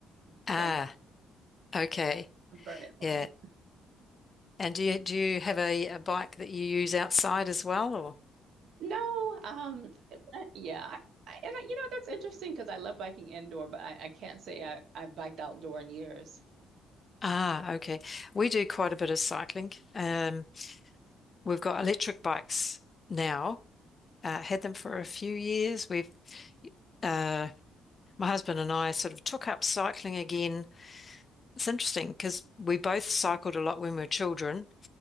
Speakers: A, on the right; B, on the left.
A: trans
B: Ah, okay,
A: convert it for
B: yeah.
A: me.
B: And do you do you have a, a bike that you use outside as well or?
A: No, um, it- yeah, I, I, and I, you know, that's interesting because I love biking indoor, but I, I can't say I, I've biked outdoor in years.
B: Ah, okay. We do quite a bit of cycling. Um, we've got electric bikes now. Uh, had them for a few years. We've uh, my husband and I sort of took up cycling again. It's interesting because we both cycled a lot when we were children